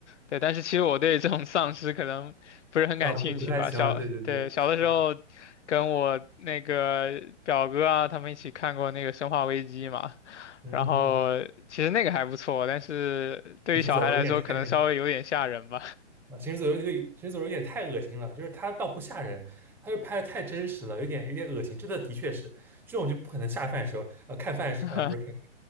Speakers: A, on the left; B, in the centre.
A: 对，但是其实我对这种丧尸可能不是很感兴趣吧。
B: 啊不不太喜欢，
A: 小，
B: 对对对，
A: 对，小的时候
B: 是的，
A: 跟我那个表哥啊，他们一起看过那个《生化危机》嘛，
B: 嗯嗯嗯，
A: 然后其实那个还不错，但是对于小孩来说，
B: 《行尸走肉》有点太那个了。
A: 可能稍微有点吓人吧。
B: 啊，行尸走肉对，行尸走肉有点太恶心了，就是它倒不吓人，它就拍的太真实了，有点有点恶心。这的的确是这种就不可能下饭时候，呃，看饭时，
A: <laughs>
B: 呃，不是看饭